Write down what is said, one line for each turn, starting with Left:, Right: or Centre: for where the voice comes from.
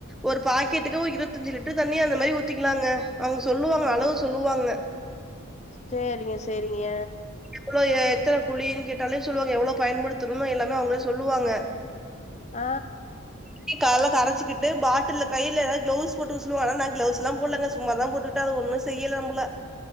Centre: ஒரு பாக்கெட்டுக்கு ஒர் இர்வத்தஞ்சு லிட்டர் தண்ணியா அந்த மாரி ஊத்திக்கிலாங்க அவுங்க சொல்லுவாங்க அளவு
Left: அப்
Centre: சொல்லுவாங்க
Left: சேரிங்க செரிங்க
Centre: எவ்ளோ எத்தன குழின் கேட்டாலே சொல்லுவங்க எவ்ளோ பயன்படுத்தணுனு எல்லாமே அவுங்ளே சொல்லுவாங்க
Left: ஆ
Centre: இப்டி கால்ல கரைச்சிகிட்டு பாட்டில்ல கைல ஏதாது க்ளவுஸ் போட்டுக சொல்வாங் நா கிளவுஸ் லா போட்லங்க சும்மாதா போட்டுட் ட அது ஒண்ணு செய்யல நம்புள